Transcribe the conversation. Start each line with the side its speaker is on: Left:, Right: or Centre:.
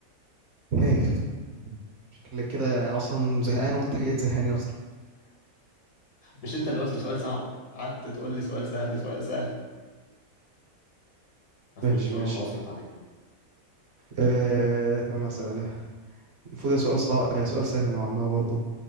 Right: هي. شكلك كده يعني اصلا زهقان وانت جاي تزهقني اصلا
Left: مش انت اللي قلت سؤال صعب قعدت تقول لي سؤال سهل سؤال سهل بس
Right: ماشي
Left: نجيب سؤال
Right: ماشي
Left: متوسط بعد كده
Right: آه، طب مثلا المفروض ده سؤال صع... آه، سؤال سهل نوعا ما برضه